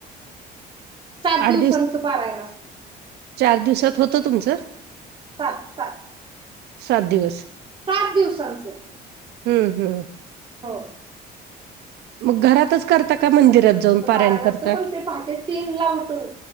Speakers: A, on the right; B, on the right.
A: सात
B: आठ
A: दिवसांच
B: दिवस
A: पारायण असत
B: चार दिवसात होत तुमच
A: सात, सात
B: सात दिवस
A: सात दिवसांच
B: हम्म हम्म
A: हो
B: मग घरातच करता का मंदिरात
A: सात दिवसांचं
B: जाऊन पारायण करता
A: असतं पण ते पहाटे तीन ला उठून